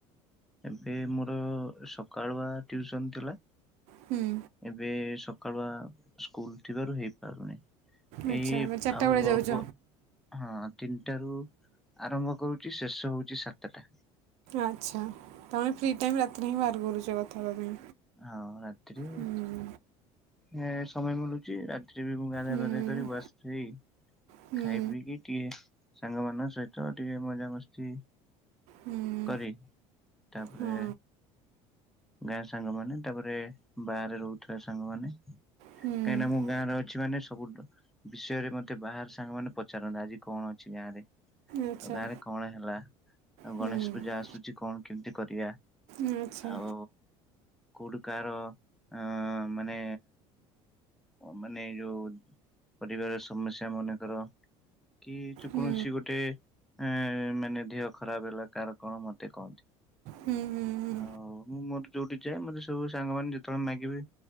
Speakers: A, in the centre; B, on the right.
A: ଏବେ ମୋର ସକାଳୁଆ ଟିଉସନ୍ ଥିଲା।
B: ହୁଁ
A: ଏବେ ସକାଳୁଆ ସ୍କୁଲ ଥିବାରୁ ହେଇପାରୁନେଇ।
B: ଆଚ୍ଛା
A: ଏଇ
B: ମାନେ ଚାରିଟା
A: ଆଉ
B: ବେଳେ ଯାଉଛ
A: ଅଳ୍ପ ହଁ ତିନଟାରୁ ଆରମ୍ଭ କରୁଚି ଶେଷ ହୋଉଚି ସାତଟା।
B: ଆଚ୍ଛା ତମେ ଫ୍ରି ଟାଇମ ରାତିରେ ହିଁ ବାହାର କରୁଛ କଥା ହେବା ପାଇଁ।
A: ହଁ ରାତିରେ।
B: ହୁଁ
A: ହଁ ସମୟ ମିଳୁଛି ରାତିରେ ବି ମୁଁ ଗାଧା
B: ହୁଁ
A: ପାଧା କରି ବସିଥିବି।
B: ହୁଁ
A: ଖାଇ ପିଇକି ଟିକେ ସାଙ୍ଗ ମାନଙ୍କ ସହିତ ଟିକେ ମଜାମସ୍ତି।
B: ହୁଁ
A: କରି ତାପରେ
B: ହଁ
A: ଗ୍ୟାସ ସାଙ୍ଗମାନେ ତାପରେ ବାହାରେ ରହୁଥିବା ସାଙ୍ଗମାନେ କାହିଁକି
B: ହୁଁ
A: ନା ମୁଁ ଗାଁରେ ଅଛି ମାନେ ସବୁ ବିଷୟରେ ମତେ ବାହାର ସାଙ୍ଗ ମାନେ ପଚାରନ୍ତ ଆଜି କଣ ଅଛି ଗାଁ ରେ।
B: ଆଚ୍ଛା
A: ଆଉ ଗାଁ ରେ କଣ ହେଲା ଆଉ
B: ହୁଁ
A: ଗଣେଶ ପୂଜା ଆସୁଛି କଣ କେମିତି କରିବା?
B: ଆଚ୍ଛା।
A: ଆଉ କୋଉଠୁ କାର ଆ ମାନେ। ମାନେ ଏ ଯୋଉ ପରିବାର ସମସ୍ୟା ମନେକର। କି ଯେ
B: ହୁଁ
A: କୌଣସି ଗୋଟେ ଅଁ ମାନେ ଦେହ ଖରାପ ହେଲା କାହାର କଣ ମତେ କହନ୍ତି।
B: ହୁଁ ହୁଁ ହୁଁ
A: ଆଉ ମୁଁ ମୋର ଯୋଉଠି ଯାଏ ମତେ ସବୁ ସାଙ୍ଗମାନେ ଯେତେବେଳେ ମାଗିବି